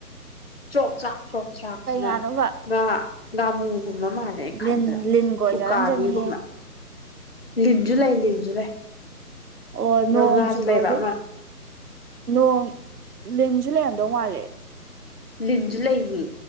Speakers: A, on the left (about 40°); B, on the right (about 70°).
A: ꯆꯣꯛ ꯆꯥꯛ ꯆ꯭ꯔꯣꯛ ꯆ꯭ꯔꯥꯛꯁꯤꯅ
B: ꯀꯩ ꯉꯥꯅꯣꯕ
A: ꯉꯥ ꯉꯥꯃꯨ ꯒꯨꯝꯕ ꯃꯥꯜꯂꯦ ꯑꯩ
B: ꯂꯤꯟ
A: ꯈꯟꯕꯗ
B: ꯂꯤꯟ ꯀꯣꯏꯖꯔꯝꯖꯅꯤꯍꯦ
A: ꯎꯀꯥꯕꯤꯒꯨꯝꯕ ꯂꯤꯟꯁꯨ ꯂꯩ ꯂꯤꯟꯁꯨ ꯂꯩ
B: ꯑꯣ ꯅꯣꯡ
A: ꯑꯗꯣ ꯉꯥꯁꯨ
B: ꯆꯨꯕꯒꯤ
A: ꯂꯩꯕ ꯑꯃ
B: ꯅꯣꯡ ꯂꯤꯟꯁꯨ ꯂꯩꯔꯝꯗꯧ ꯃꯥꯜꯂꯦ
A: ꯂꯤꯟꯖꯨ ꯂꯩꯃꯤ